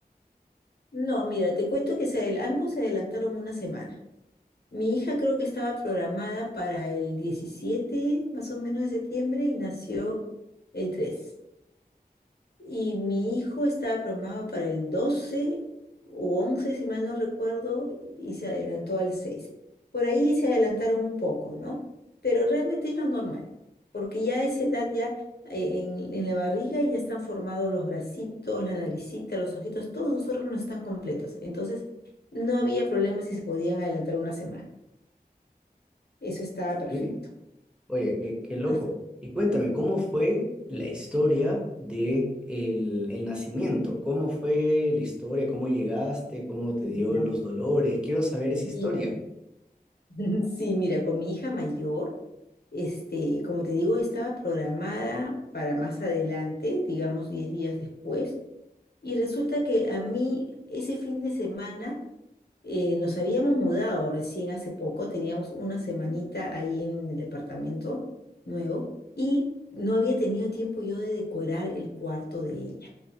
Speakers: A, on the left; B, in the centre.
A: No, mira, te cuento que se adel- ambos se adelantaron una semana. Mi hija creo que estaba programada para el 17 más o menos, de septiembre y nació el 3. Y mi hijo estaba programado para el 12 u once si mal no recuerdo, y se adelantó al seis Por ahí se adelantaron un poco, ¿no? Pero realmente es lo normal, porque ya a esa edad, ya eh, en, en la barriga ya están formados los bracitos, la naricita, los ojitos, todos los órganos están completos. Entonces, no había problema si se podían adelantar una semana. Eso estaba perfecto.
B: Sí. Oye, qué, qué loco.
A: Así-
B: Y cuéntame, ¿cómo fue la historia de el, el nacimiento? ¿Cómo fue la historia? ¿Cómo llegaste? ¿Cómo te dio
A: Ya,
B: los dolores? Quiero saber esa
A: mira.
B: historia.
A: <laughs> Sí, mira, con mi hija mayor. Este, como te digo, estaba programada para más adelante, digamos 10 días después, y resulta que a mí ese fin de semana eh, nos habíamos mudado recién hace poco, teníamos una semanita ahí en el departamento nuevo y no había tenido tiempo yo de decorar el cuarto de ella.